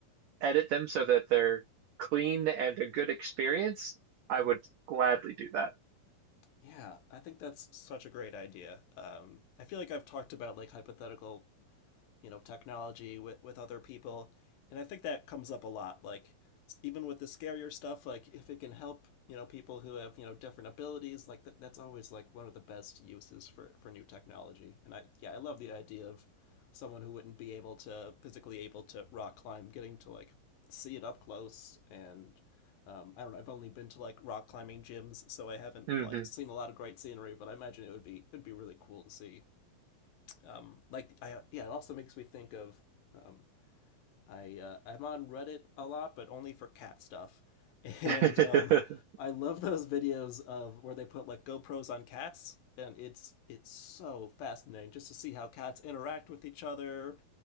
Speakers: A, on the right (about 80°); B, on the left (about 75°).
A: edit them so that they're clean and a good experience, I
B: Mm.
A: would gladly do that.
B: Yeah, I think that's such a great idea. Um, I feel like I've talked about like hypothetical you know technology with with other people, and I think that comes up a lot. Like even with the scarier stuff, like if it can help you know people who have you know different abilities, like that, that's always like one of the best uses for for new technology. And I yeah I love the idea of someone who wouldn't be able to physically able to rock climb getting to like see it up close and um, I don't know. I've only been to like rock climbing gyms, so I haven't
A: hmm
B: like seen a lot of great scenery. But I imagine it would be it'd be really cool to see um, like I yeah, it also makes me think of um, I uh, I'm on Reddit a lot, but only for cat stuff, <laughs> and
A: <laughs>
B: um, I love those videos of where they put like GoPros on cats, and it's it's so fascinating just to see how cats interact with each other.